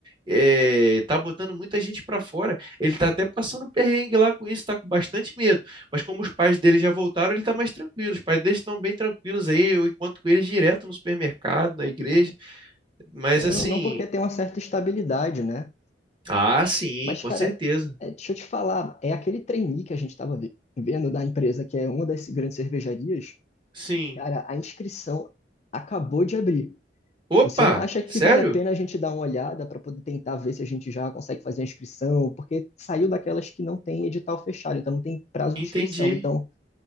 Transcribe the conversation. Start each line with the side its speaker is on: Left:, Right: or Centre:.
Right: Eh, tá botando muita gente para fora. Ele tá até passando perrengue lá com isso, tá com bastante medo. Mas como os pais dele já voltaram, ele tá mais tranquilo. Os pais dele estão bem tranquilos aí. Eu encontro com eles direto no supermercado, na igreja.
Left: Ah,
Right: Mas
Left: Querendo
Right: assim,
Left: ou não, porque tem uma certa estabilidade, né?
Right: ah, sim,
Left: Mas,
Right: com
Left: cara,
Right: certeza.
Left: é, deixa eu te falar, é aquele trainee que a gente estava vendo da empresa, que é uma das grandes cervejarias.
Right: Sim.
Left: Cara, a inscrição acabou de abrir.
Right: Opa,
Left: Você não acha que
Right: sério?
Left: vale a pena a gente dar uma olhada para poder tentar ver se a gente já consegue fazer a inscrição? Porque saiu daquelas que não tem edital fechado, então não tem prazo
Right: Entendi.
Left: de inscrição. Então,